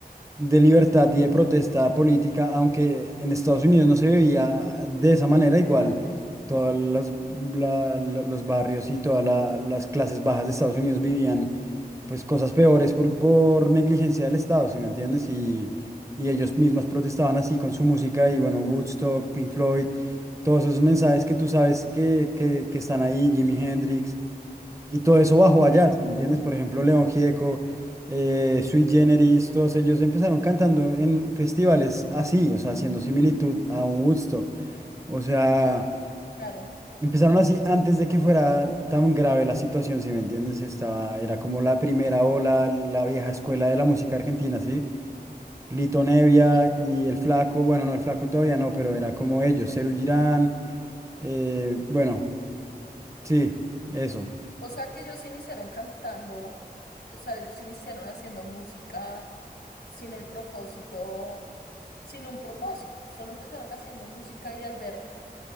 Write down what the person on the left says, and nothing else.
sí,
claro.
O,
o sea que ellos iniciaron cantando, o sea, ellos iniciaron haciendo música sin el propósito, sin un propósito. Solo empezaron haciendo música y al ver,